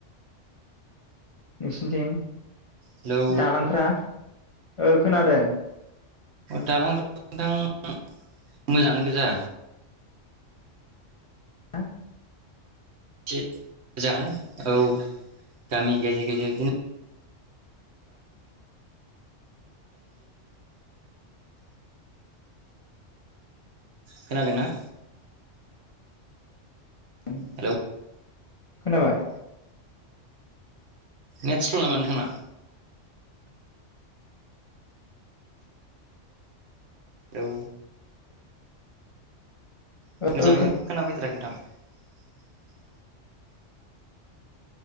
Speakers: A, on the left; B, on the right.
A: नोसिनिथिं
B: हेलौ
A: दालांफ्रा ओ खोनादों।
B: दालां फोराथ नोंथां मोजाङानो गोजा।
A: ्् <inaudible>
B: से मोजाङानो औ गामि गेजेर गेजेर इदिनो <inaudible> खोनादोंना?
A: <inaudible> उम
B: हेलौ
A: खोनाबाय?
B: नेट स्ल नामा नोंथां ना? औ
A: ओ
B: मोजाङैनो खोना फैथाराखै नोंथां।
A: <unintelligible>